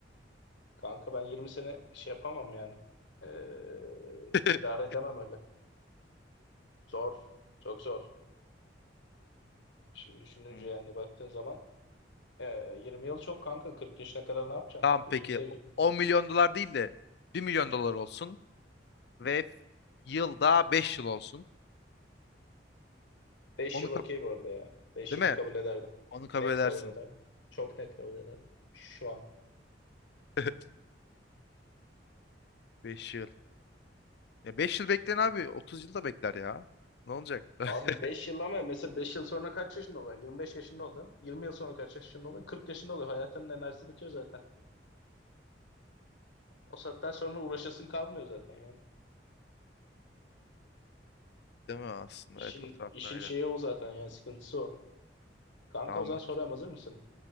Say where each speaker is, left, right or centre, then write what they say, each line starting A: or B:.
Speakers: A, on the left; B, on the left.
A: Kanka ben 20 sene şey yapamam yani. Ee,
B: <laughs>
A: idare edemem öyle. Zor. Çok zor. Şimdi düşününce
B: Hmm.
A: yani baktığın zaman ee, 20 yıl çok kanka. 40 yaşına kadar ne yapacaksın?
B: Tamam
A: Gözünü
B: peki
A: seveyim.
B: 10 milyon dolar değil de 1 milyon dolar olsun. Ve yılda 5 yıl olsun.
A: 5
B: Onu
A: yıl
B: kabul,
A: okey bu arada ya. 5
B: değil
A: yılı
B: mi?
A: kabul ederdim.
B: Onu kabul
A: Net
B: edersin.
A: kabul ederdim. Çok net kabul ederdim. Şu an.
B: <laughs> 5 yıl. Ya 5 yıl bekleyin abi. 30 yıl da bekler ya. Ne olacak? <laughs>
A: Abi 5 yıl ama mesela 5 yıl sonra kaç yaşında olacaksın? yirmi beş yaşında olacaksın. 20 yıl sonra kaç yaşında olacaksın? 40 yaşında olacaksın. Hayatının enerjisi bitiyor zaten. O saatten sonra uğraşasın kalmıyor zaten yani.
B: Değil mi aslında?
A: İşin
B: Evet o taraftan
A: işin
B: öyle.
A: şeyi o zaten yani sıkıntısı o. Kanka
B: Tamam
A: o zaman
B: bak.
A: soruyorum hazır mısın?